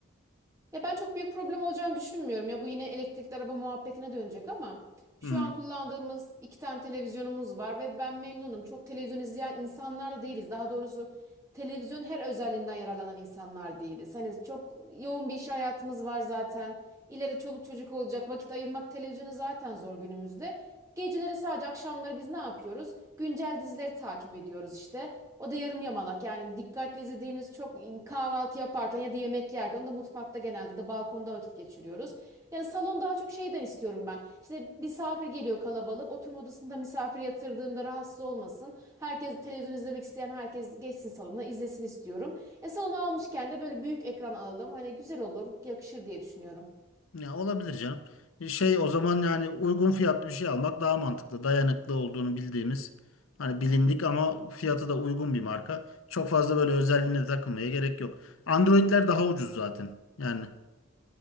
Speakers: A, on the right; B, on the left.
A: Ya ben çok büyük problem olacağını düşünmüyorum. Ya bu yine elektrikli araba muhabbetine dönecek ama şu
B: Hmm.
A: an kullandığımız iki tane televizyonumuz var ve ben memnunum. Çok televizyon izleyen insanlar da değiliz. Daha doğrusu televizyon her özelliğinden yararlanan insanlar değiliz. Hani çok yoğun bir iş hayatımız var zaten. İleri çoluk çocuk olacak. Vakit ayırmak televizyona zaten zor günümüzde. Geceleri sadece akşamları biz ne yapıyoruz? Güncel dizileri takip ediyoruz işte. O da yarım yamalak yani dikkatli izlediğimiz çok kahvaltı yaparken ya da yemek yerken onu da mutfakta genelde de balkonda vakit geçiriyoruz. Yani salon daha çok şeyden istiyorum ben. İşte misafir geliyor kalabalık oturma odasında misafir yatırdığımda rahatsız olmasın. Herkes televizyon izlemek isteyen herkes geçsin salona izlesin istiyorum. E salonu almışken de böyle büyük ekran alalım hani güzel olur yakışır diye düşünüyorum.
B: Ya olabilir canım. Bir Şey o zaman yani uygun fiyatlı bir şey almak daha mantıklı. Dayanıklı olduğunu bildiğimiz hani bilindik ama fiyatı da uygun bir marka. Çok fazla böyle özelliğine takılmaya gerek yok. Android'ler daha ucuz zaten. Yani